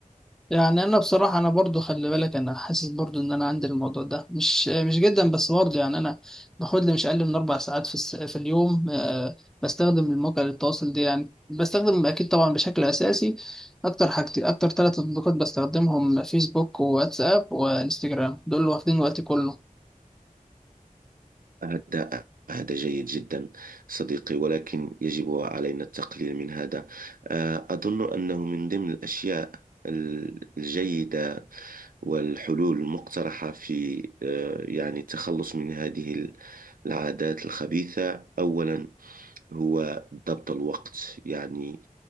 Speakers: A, in the centre; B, on the right.
A: يعني انا بصراحه انا برضو خلي بالك انا حاسس برضو ان انا عندي الموضوع ده مش مش جدا بس برضو يعني انا باخد لي مش اقل من اربع ساعات في الس... في اليوم آه، بستخدم المواقع للتواصل دي يعني بستخدم اكيد طبعا بشكل اساسي اكتر حاجتي اكتر ثلاث تطبيقات بستخدمهم فيسبوك وواتساب وانستجرام دول اللي واخدين وقتي كله
B: هذا هذا جيد جدا صديقي ولكن يجب علينا التقليل من هذا آه، أظن أنه من ضمن الأشياء ال- الجيدة والحلول المقترحة في آه، يعني التخلص من هذه ال- العادات الخبيثة أولا هو ضبط الوقت يعني